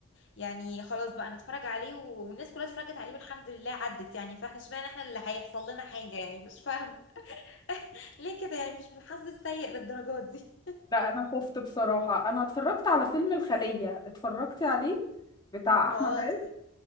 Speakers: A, on the left (about 60°); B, on the left (about 20°).
A: يعني خلاص بقى نتفرج عليه و- والناس كلها اتفرجت عليه والحمد لله عدت يعني فاحنا اشمعنى احنا اللي هيحصل لنا حاجه يعني مش فاهمه <laughs> ليه كده يعني مش من الحظ السيء للدرجات دي
B: لا انا خفت بصراحة انا اتفرجت على فيلم الخلية اتفرجت عليه بتاع احمد
A: اه
B: عز
A: اتفر-